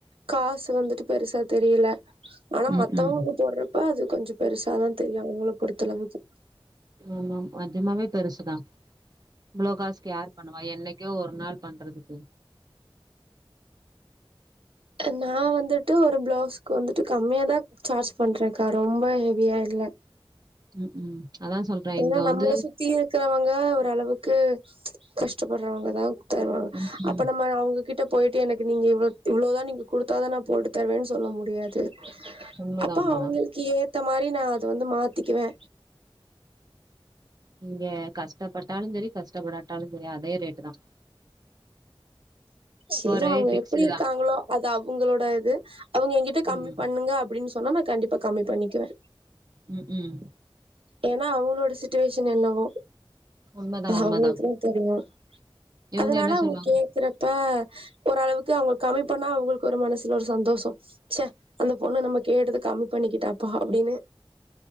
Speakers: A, on the right; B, on the right.
A: காசு வந்துட்டு பெருசா தெரில ஆனா
B: ம்
A: மத்தவங்க
B: ம்
A: போட்றப்ப அது கொஞ்ச பெருசாதா தெரியு அவுங்ளுக் பொறுத்தளவுக்
B: ஆமா நெஜமாவே பெருசுதா இவ்ளோ காஸ்க்கு யார் பண்ணுவா என் னைக்கா ஒரு நாள் பண்றதுக்கு
A: நா வந்துட்டு ஒரு பிளவுஸ்க்கு வந்துட்டு கம்மியா தா சார்ஜ் பண்றேக்கா ரொம்ப ஹெவியா இல்ல
B: ம் ம் அதா சொல்றே
A: ஏன்னா
B: இங்க
A: நம்மள
B: வந்து
A: சுத்தி இருக்கிறவங்க ஓரளவுக்கு கஷ்டப் படுறவங்கதா தருவாங்
B: ம்
A: அப்ப
B: ம்
A: நம்ம அவுங் கிட்ட போய்ட்டு எனக்கு நீங்க இவ்வளோ இவ்வளோதா நீங்க கொடுத்தா நா போட்டு தருவேன்னு சொல்ல முடியாது
B: உண்மதா
A: அப்போ
B: உண்மதா
A: அவங்களுக்கு ஏத்த மாரி நா அத வந்து மாத்திக்குவே
B: நீங்க கஷ்டப்பட்டாலும் சரி கஷ்டப்படாட்டாலும் சரி அதே ரேட்டு தா
A: சேரி
B: ஒரே
A: அவங்க
B: ஃபிக்ஸ்டு
A: எப்டி இருக்காங்களோ
B: தா
A: அது அவங்களோட இது அவங்க எங்கிட்ட கம்மி
B: ம்
A: பண்ணுங்க அப்டின்னு சொன்னா நா கண்டிப்பா கம்மி பண்ணிக்குவே
B: ம் ம்
A: ஏன்னா அவங்களோட சுட்டுவேஷன் என்னவோ
B: உண்மதா உண்மதா
A: அவங்களுக்கு தெரியுமா
B: இவங்க
A: அதனால
B: என்ன
A: அவங்க
B: சொல்லுவாங்க
A: கேக்குற இப்ப ஓரளவுக்கு அவங்களுக்கு கம்மி பண்ணா அவங்களுக்கு ஒரு மனசுல ஒரு சந்தோஷம் ச அந்த பொண்ணு நம்ம கேட்டதும் கம்மி பண்ணிக்கிட்டாப்பா அப்டின்னு